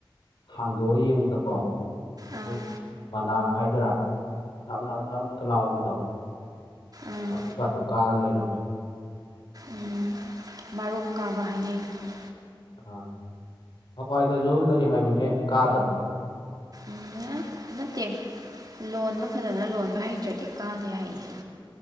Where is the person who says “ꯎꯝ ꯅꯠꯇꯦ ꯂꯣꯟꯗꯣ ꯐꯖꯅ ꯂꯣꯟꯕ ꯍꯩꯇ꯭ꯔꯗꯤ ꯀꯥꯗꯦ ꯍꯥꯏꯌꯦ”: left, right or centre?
Right